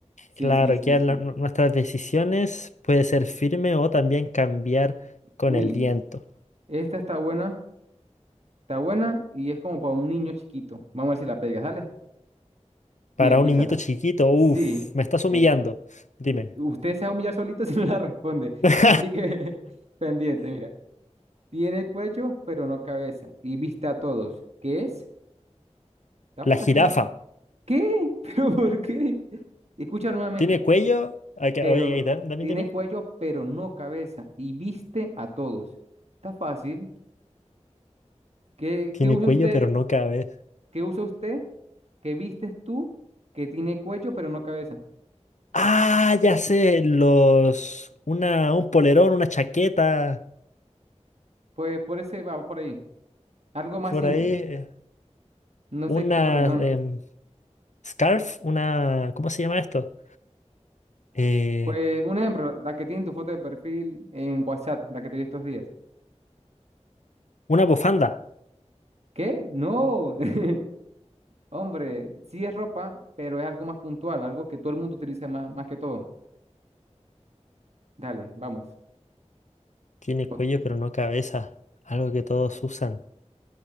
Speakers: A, on the right (about 65°); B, on the left (about 85°).
A: Sí,
B: Claro,
A: sí, sí,
B: que
A: sí.
B: la- nu- nuestras decisiones puede ser firme o también cambiar con
A: Uy,
B: el viento.
A: esta está buena. Está buena y es como para un niño chiquito. Vamos a ver si la pega, ¿sale? Mire,
B: Para
A: escúchala.
B: un niñito chiquito, uff,
A: Sí,
B: me estás humillando.
A: eh,
B: Dime.
A: usted se va a humillar solito <laughs> si no la responde.
B: <laughs>
A: Así que <laughs> pendiente, mira. Tiene cuello, pero no cabeza. Y vista a todos. ¿Qué es? Está fácil.
B: La jirafa.
A: ¿Qué? <laughs> ¿Pero por qué? Escucha nuevamente.
B: ¿Tiene cuello? Ah, que-
A: Pero
B: Oye, ahí, da- también
A: tiene
B: dime.
A: cuello, pero no cabeza. Y viste a todos. Está fácil. ¿Qué,
B: Tiene
A: qué usa
B: cuello,
A: usted?
B: pero no cabe.
A: ¿Qué usa usted? ¿Qué vistes tú? Que tiene cuello, pero no cabeza.
B: Ah, ya sé, los... Una, un polerón, una chaqueta,
A: Pues por ese va por ahí. Algo más
B: por
A: simple.
B: ahí, eh,
A: No
B: una
A: sé qué es proelón.
B: em, scarf, una... ¿Cómo se llama esto? Eh,
A: Pues un ejemplo, la que tiene tu foto de perfil en WhatsApp, la que te di estos días.
B: una bufanda.
A: ¿Qué? No. <laughs> Hombre, sí es ropa, pero es algo más puntual, algo que todo el mundo utiliza más, más que todo. Dale, vamos.
B: Tiene cuello,
A: O-
B: pero no cabeza. Algo que todos usan.